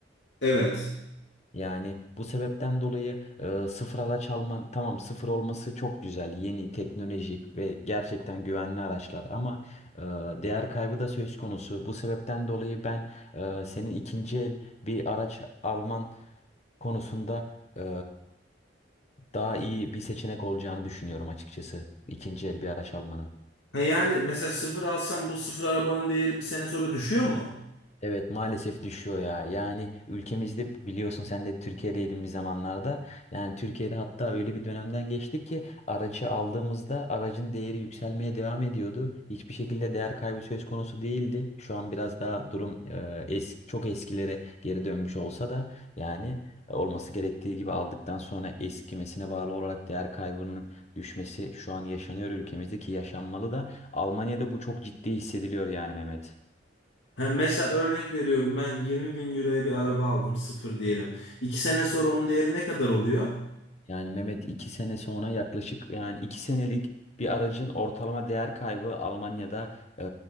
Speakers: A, on the left; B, on the left.
A: Evet.
B: Yani bu sebepten dolayı e, sıfır araç alman tamam sıfır olması çok güzel yeni teknolojik ve gerçekten güvenli araçlar ama e, değer kaybı da söz konusu. Bu sebepten dolayı ben e, senin ikinci el bir araç alman konusunda e, daha iyi bir seçenek olacağını düşünüyorum açıkçası ikinci el bir araç almanın.
A: Ha yani mesela sıfır alsam bu sıfır arabanın değeri bir sene sonra düşüyor mu?
B: Evet maalesef düşüyor ya. Yani ülkemizde biliyorsun sen de Türkiye'deydin bir zamanlarda. Yani Türkiye'de hatta öyle bir dönemden geçtik ki aracı aldığımızda aracın değeri yükselmeye devam ediyordu. Hiçbir şekilde değer kaybı söz konusu değildi. Şu an biraz daha durum e, es- çok eskilere geri dönmüş olsa da yani olması gerektiği gibi aldıktan sonra eskimesine bağlı olarak değer kaybının düşmesi şu an yaşanıyor ülkemizde ki yaşanmalı da Almanya'da bu çok ciddi hissediliyor yani Mehmet.
A: Ha mesela örnek veriyorum ben 20 bin euroya bir araba aldım sıfır diyelim. İki sene sonra onun değeri ne kadar oluyor?
B: Yani Mehmet iki sene sonra yaklaşık yani iki senelik bir aracın ortalama değer kaybı Almanya'da e,